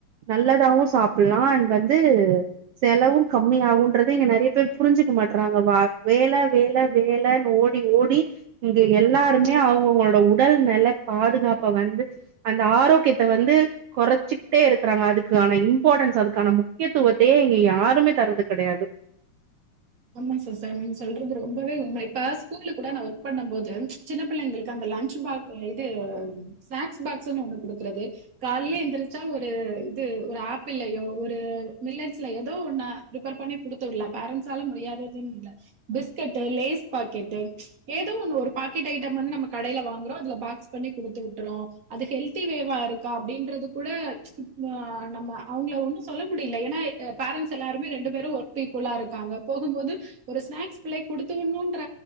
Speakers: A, on the right; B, on the right.
A: நல்லதாவு சாப்புல்லா அண்ட் வந்து செலவு கம்மி ஆகுன்றது இங்க நறைய பேர் புரிஞ்சுக்க மாட்றாங்க வா வேலை வேலை வேலைன்னு ஓடி ஓடி இங்க எல்லாருமே அவங்கவுங்களோட உடல் நல பாதுகாப்ப வந்து அந்த ஆரோக்கியத்த வந்து கொறச்சுகிட்டே இருக்கறாங்க அதுக்கான இம்பார்டன்ஸ் அதுக்கான முக்கியத்துவத்தையே இங்க யாருமே தர்றது கெடையாது
B: ஆமா சிஸ்டர் நீங்க சொல்றது ரொம்பவே உண்ம இப்ப ஸ்கூல்ல கூட நா ஒர்க் பண்ணும் போது சின்ன பிள்ளைங்களுக்கு அந்த லன்ச் பா இது ஸ்நாக்ஸ் பாக்ஸ்னு ஒண்ணு குடுக்கறது காலைல எந்திரிச்சா ஒரு இது ஒரு ஆப்பிளயோ ஒரு மில்லட்ஸ்ல எதோ ஒன்ன பிரிபர் பண்ணி குடுத்துவிடலா பேரண்ட்ஸ் ஸால முடியாததுனில்ல பிஸ்கட்டு லேஸ் பாக்கெட்டு ஏதோ ஒன்னு ஒரு பாக்கெட் ஐட்டம் வந்து நம்ம கடைல வாங்கறோ அதுல பாக்ஸ் பண்ணி குடுத்துட்றோ அது ஹெல்த்திவேவா இருக்கா அப்டின்றது கூட ந நம்ம அவுங்கள ஒண்ணு சொல்ல முடில ஏனா பேரன்ட்ஸ் எல்லாருமே ரெண்டு பேரு ஒர்க் பீபுளா இருக் காங்க போகும்போது ஒரு ஸ்நாக்ஸ் பிள்ளைக்கு குடுத்துடணுன்ற